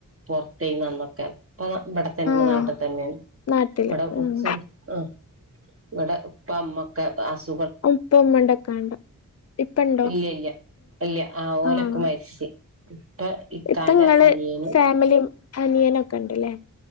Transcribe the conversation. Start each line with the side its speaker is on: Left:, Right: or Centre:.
Right: പൊറത്തയ് നന്നൊക്കെ ഇപ്പൊ ഇവിടെ തന്നെ
Left: ആഹ്
Right: നാട്ടിൽ തന്നെ
Left: നാട്ടില്
Right: ഇവിടെ
Left: ഉം
Right: ഉത്സ ആഹ് ഇവിടെ- ഉപ്പ ഉമ്മക്കെ ആസ്
Left: ഉപ്പമ്മണ്ടക്കണ്ട <unintelligible> ഇപ്പണ്ടോ
Right: ഇല്ല ഇല്ല ഇല്ല ഓലൊക്കെ
Left: ആഹ്
Right: മരിച്ച്
Left: -
Right: ഇപ്പൊ ഇക്കാന്റെ
Left: ഇപ്പങ്ങള്
Right: അനിയനും
Left: ഫാമിലിയും അനിയനുംക്കെ ഉണ്ട്ല്ലേ?